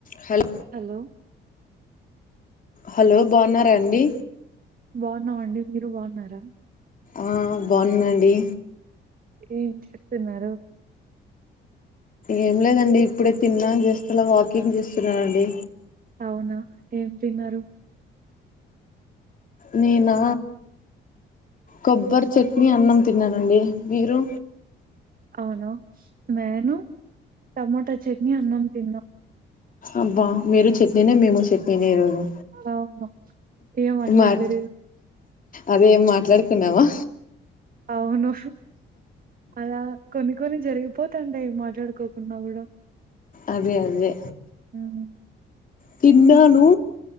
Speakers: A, on the left; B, on the right.
A: హల్
B: hello
A: hello బాగున్నారండీ
B: బాగున్నామండి మీరు బాగున్నారా
A: ఆ బాన్నాండీ
B: ఏం చేస్తున్నారు
A: ఏం లేదండి ఇప్పుడే తిన్నా జస్ట్ అలా వాకింగ్ చేస్తున్నానుండి
B: అవునా ఏం తిన్నారు
A: నేనా కొబ్బరి చట్నీ అన్నం తిన్నానండి మీరు
B: అవును నేను టమోటా చట్నీ అన్నం తిన్నా
A: అబ్బా మీరు చట్నీనే మేము చట్నీనే ఈ రోజు
B: అవును ఏం అట్ల
A: మాట్
B: ఇద్దరు
A: అదే ఏం మాట్లాడుకున్నావా
B: అవును అలా కొన్ని కొన్ని జరిగి పోతాంటాయి మాట్లాడుకోకుంన్నా కూడా
A: అదే అదే
B: హ్మ్
A: తిన్నాను